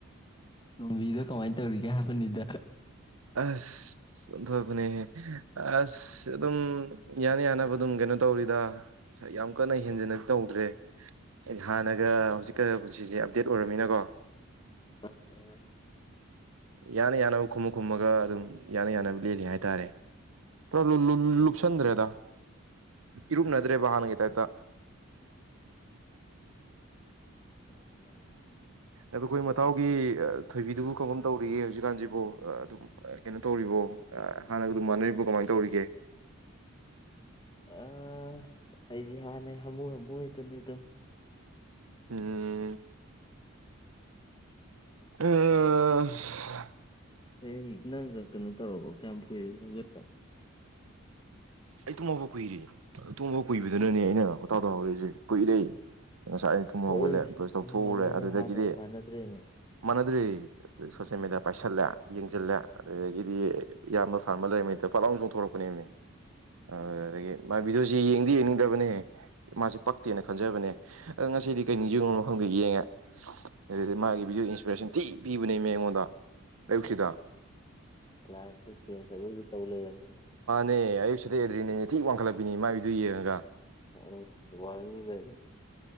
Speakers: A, on the left; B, on the right.
A: ꯇꯣꯝꯕꯤꯗꯣ ꯀꯃꯥꯏ ꯇꯧꯔꯤꯒꯦ ꯍꯥꯏꯕꯅꯤꯗ ꯍ
B: ꯑꯁ ꯑꯁ ꯑꯣꯟꯊꯣꯛꯄꯅꯤꯍꯦ ꯍꯍ ꯑꯁ ꯑꯗꯨꯝ ꯌꯥꯅ ꯌꯥꯅꯕ ꯑꯗꯨꯝ ꯀꯩꯅꯣ ꯇꯧꯔꯤꯗ ꯌꯥꯝ ꯀꯟꯅ ꯍꯦꯟꯖꯟꯅꯗꯤ ꯇꯧꯗ꯭ꯔꯦ ꯍꯥꯏꯗꯤ ꯍꯥꯟꯅꯒ ꯍꯧꯖꯤꯛꯀ ꯄꯨꯟꯁꯤꯁꯦ ꯑꯞꯗꯦꯠ ꯑꯣꯏꯔꯃꯤꯅꯀꯣ
A: ꯎꯝ ꯎꯝ
B: ꯌꯥꯅ ꯌꯥꯅꯕ ꯈꯨꯨꯃꯨꯛ ꯈꯨꯝꯃꯒ ꯑꯗꯨꯝ ꯌꯥꯅ ꯌꯥꯅꯕ ꯂꯦꯜꯂꯤ ꯍꯥꯏꯇꯥꯔꯦ ꯄꯨꯔꯥ ꯂꯨꯞ ꯂꯨꯞ ꯂꯨꯞꯁꯟꯗ꯭ꯔꯦꯗ ꯏꯔꯨꯞꯅꯗ꯭ꯔꯦꯕ ꯍꯥꯟꯅꯒꯤ ꯇꯥꯏꯞꯇꯥ
A: ꯂꯧꯁꯤꯟꯕ ꯉꯝꯗꯕ
B: ꯑꯗꯣ ꯑꯩꯈꯣꯏ ꯃꯇꯥꯎꯒꯤ ꯑꯑ ꯊꯣꯏꯕꯤꯗꯨꯕꯨ ꯀꯔꯝ ꯀꯔꯝ ꯇꯧꯔꯤꯒꯦ ꯍꯧꯖꯤꯛꯀꯥꯟꯖꯤꯕꯣ ꯑꯑ ꯑꯗꯨꯝ ꯑꯑ ꯀꯩꯅꯣ ꯇꯧꯔꯤꯕꯣ ꯑꯑ ꯍꯥꯟꯅꯒ ꯑꯗꯨꯝ ꯃꯥꯟꯅꯔꯤꯕꯣ ꯀꯃꯥꯏꯅ ꯇꯧꯔꯤꯒꯦ
A: ꯑꯑ- ꯑꯩꯗꯤ ꯍꯥꯟꯅꯩ ꯍꯥꯃꯨ ꯍꯥꯃꯨ ꯍꯥꯏꯗꯨꯅꯦ ꯑꯗꯨꯝ
B: ꯎꯝ ꯎꯝ ꯑꯥ ꯁꯁꯁ
A: ꯑꯩ ꯅꯪꯒ ꯀꯩꯅꯣ ꯇꯧꯔꯕꯣ ꯀꯌꯥꯝ ꯀꯨꯏꯔꯒꯦ ꯍꯧꯒꯠꯄ
B: ꯑꯩ ꯇꯨꯝꯍꯧꯕ ꯀꯨꯏꯔꯤ ꯇꯨꯝꯍꯧ ꯀꯨꯏꯕꯗꯨꯅꯅꯦ ꯑꯩꯅ ꯇꯥꯎꯊꯍꯧꯔꯛꯏꯁꯦ ꯀꯨꯏꯔꯩ ꯉꯁꯥꯏ ꯑꯩꯅ ꯊꯨꯝ ꯍꯧꯒꯠꯂꯦ
A: ꯑꯁ
B: ꯕ꯭ꯔꯁ ꯇꯧꯊꯣꯛꯎꯔꯦ
A: ꯉꯜꯂꯦꯅꯦ
B: ꯑꯗꯨꯗꯒꯤꯗꯤ
A: ꯍꯥꯟꯅꯒ ꯃꯥꯟꯅꯗ꯭ꯔꯦꯅꯦ
B: ꯑꯗꯨꯅꯦ ꯁꯣꯁꯦꯜ ꯃꯦꯗꯤꯌꯥ ꯄꯥꯏꯁꯜꯂꯦ ꯌꯦꯡꯖꯤꯜꯂꯦ ꯑꯗꯨꯗꯒꯤꯗꯤ ꯏꯌꯥꯝꯕ ꯐꯥꯔꯃꯔ ꯂꯩꯔꯤꯃꯤꯠꯇꯣ ꯐꯠꯂꯥꯎꯅ ꯆꯣꯡ ꯊꯣꯔꯛꯄꯅꯦꯕ ꯃꯦ ꯑ ꯑꯗꯨꯗꯒꯤ ꯃꯥꯏ ꯚꯤꯗꯤꯑꯣꯁ ꯌꯦꯡꯗꯤ ꯌꯦꯡꯅꯤꯡꯗꯕꯅꯦ ꯃꯥꯁꯦ ꯄꯛꯇꯦꯅ ꯈꯟꯖꯕꯅꯦ ꯑꯗ ꯉꯁꯤꯗꯤ ꯀꯩ ꯅꯤꯡꯁꯤꯕꯉꯨꯔꯅꯣ ꯈꯪꯗꯦ ꯌꯦꯡꯉꯦ ꯑꯗꯨꯗꯤ ꯃꯥꯒꯤ ꯚꯤꯗꯤꯑꯣ ꯏꯟꯁꯄꯤꯔꯦꯁꯟ ꯊꯤ ꯄꯤꯕꯅꯦ ꯃꯦ ꯑꯩꯉꯣꯟꯗ ꯑꯌꯨꯛꯁꯤꯗ
A: ꯂꯥꯏꯐꯁꯦ ꯆꯦꯟꯖ ꯑꯔꯣꯏꯕꯤ ꯇꯧ ꯂꯩꯔꯝꯅꯤꯅ
B: ꯅꯦ ꯑꯌꯨꯛꯁꯤꯗ ꯑꯦꯗ꯭ꯔꯤꯅꯦ ꯊꯤ ꯋꯥꯡꯈꯠꯂꯛꯄꯤꯅꯦ ꯃꯥꯏꯕꯤꯗꯤꯑꯣ ꯌꯦꯡꯉꯒ
A: ꯎꯝ ꯋꯥꯡꯉꯤꯅꯦ